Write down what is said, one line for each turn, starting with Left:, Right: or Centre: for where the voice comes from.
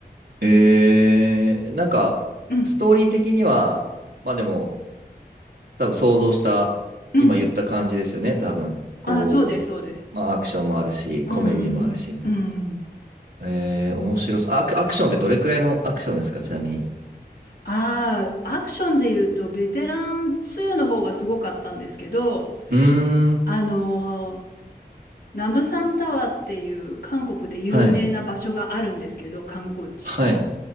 Right: えー、なんか、
Left: うん、
Right: ストーリー的には、まあでも、多分想像した、
Left: うん。
Right: 今言った感じですよね、多分。こ
Left: あー、そうです、そうです。
Right: う、まあアクションもあるし、
Left: うん、
Right: コメディもあるし、みたいな。
Left: うん。
Right: えー、面白そう。アク、アクションってどれくらいのアクションですか、ちなみに。
Left: ああ、アクションで言うと、ベテラン2の方がすごかったんですけど、
Right: うーん、
Left: あのーナムサンタワーっていう韓国で有名な場所があるんですけど、
Right: はい、
Left: 観光地。
Right: はい、